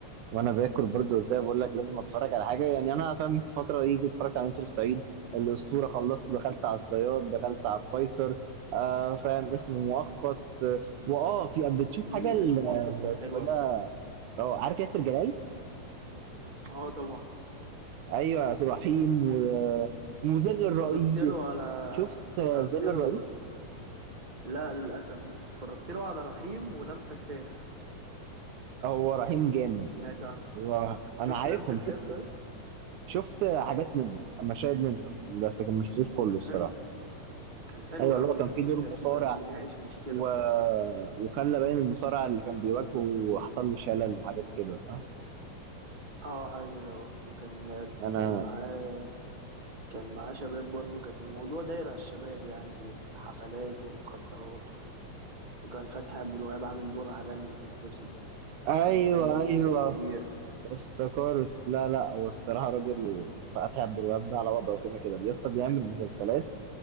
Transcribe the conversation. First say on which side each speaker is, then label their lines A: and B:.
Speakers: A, on the right (about 75°); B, on the right (about 35°).
A: وانا باكل برضو ازاي بقول لك لازم اتفرج على حاجه يعني انا فاهم في الفتره دي جيت اتفرجت على ناصر سعيد الاسطوره خلصت دخلت على الصياد دخلت على القيصر آه فاهم اسمه مؤقت آه، واه في بتشوف
B: مم،
A: حاجه ال-
B: اسمه مؤقت
A: ال-
B: كان
A: اسمه
B: حلو
A: ايه
B: أوي
A: ده اه عارف ياسر جلال
B: اه طبعا
A: ايوه ياسر رحيم و- وظل
B: اتفرجت
A: الرئيس
B: له على
A: شفت آه،
B: اتفرجت
A: ظل الرئيس
B: له لا للأسف بس اتفرجت له على رحيم ولمسة كتاف
A: هو رهيم جامد
B: لو سمعت عنه
A: ره-
B: شفت
A: انا عارفهم
B: لمسة كتاف
A: شفت
B: طيب
A: شفت حاجات منه مشاهد منه بس كان ما شفتوش كله
B: كان
A: الصراحه
B: حلو كان حلو
A: ايوه
B: قوي
A: اللي هو كان
B: لمسة
A: في دور
B: كتاف
A: مصارع
B: وكان بيناقش مشكلة
A: و... وخلى باين المصارع اللي كان بيواجهه وحصل له شلل وحاجات كده صح
B: اه حاجة كده اه وكان
A: انا
B: كان معاه كان معاه شباب برضه كانت الموضوع داير على الشباب يعني والحفلات والمخدرات و... وكان فتحي عبد الوهاب عامل دور عالمي في المسلسل ده
A: ايوه
B: فتحي عبد الوهاب ده
A: ايوه
B: ممثل قدير
A: افتكرت لا لا هو الصراحه راجل فتحي عبد الوهاب ده على وضعه كده كده بيسطا بيعمل مسلسلات